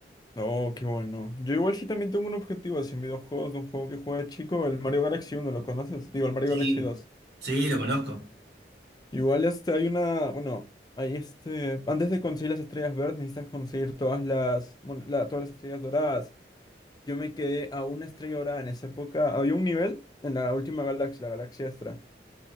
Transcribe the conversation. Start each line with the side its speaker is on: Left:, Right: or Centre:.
Left: no, qué bueno. Yo igual sí también tengo un objetivo así en videojuegos, de un juego que juega de chico, el Mario Galaxy uno ¿lo conoces? Digo, el Mario
Right: Sí,
Left: Galaxy dos.
Right: sí, lo conozco.
Left: Igual este hay una, bueno, hay este, antes de conseguir las estrellas verdes necesitas conseguir todas las, bueno, la- todas las estrellas doradas. Yo me quedé a una estrella dorada en esa época. Había un nivel en la última galaxia, la galaxia Astra,